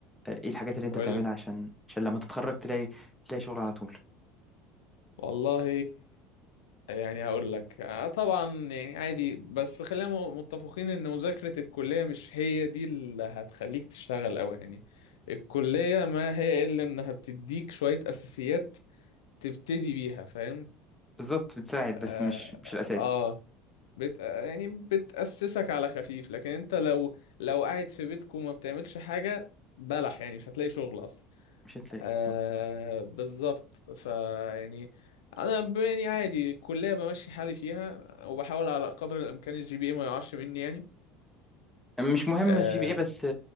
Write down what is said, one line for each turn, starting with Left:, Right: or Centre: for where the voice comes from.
Centre: ايه الحاجات اللي انت
Left: قول
Centre: بتعملها
Left: لي
Centre: عشان عشان لما تتخرج تلاقي تلاقي شغل على طول
Left: والله يعني هقول لك آه، طبعا يعني عادي بس خلينا م- متفقين ان مذاكرة الكلية مش هي دي اللي هتخليك تشتغل قوي يعني الكلية ما هي الا انها بتديك شوية اساسيات تبتدي بيها فاهم
Centre: بالظبط بتساعد
Left: اه,
Centre: بس مش مش الأساس
Left: آه بت آه، يعني بتأسسك على خفيف لكن انت لو لو قاعد في بيتك وما بتعملش حاجة بلح يعني مش هتلاقي شغل اصلا
Centre: مش هتلاقي
Left: آه
Centre: مظبوط
Left: بالظبط فيعني انا ب- يعني عادي الكليه بمشي حالي فيها وبحاول على قدر الامكان الجي بي اي ما يقعش مني يعني
Centre: مش مهم
Left: آه
Centre: الجي بي ايه بس